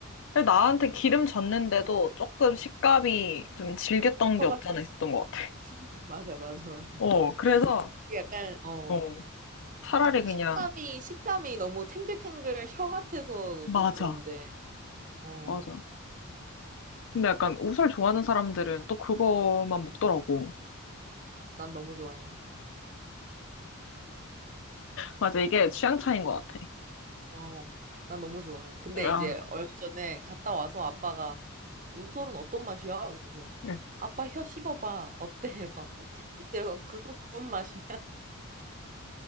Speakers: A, on the left; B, on the right.
A: 근데 나한테 기름 졌는데도 조금 식감이 좀 질겼던
B: 혀가
A: 게 없잖아 있었던 것 같아.
B: <laughs> 맞아, 맞아, 맞아.
A: 어, 그래서
B: 이게 약간 어
A: 어, 차라리 그냥,
B: 식감이 식감이 너무 탱글탱글 혀 같아서
A: 맞아.
B: 좀 그런데 어
A: 맞아. 근데 약간 옷을 좋아하는 사람들은 또 그거만 먹더라고.
B: 난 너무 좋아해
A: 맞아, 이게 취향 차이인 것 같아.
B: 어 난 너무 좋아해 근데
A: 아,
B: 이제 얼마 전에 갔다 와서 아빠가 우설은 어떤 맛이야? 그래서
A: 예.
B: 아빠 혀 씹어봐 어때? <laughs> 그러니까 좀 찝찝해서 그거 구운 맛이야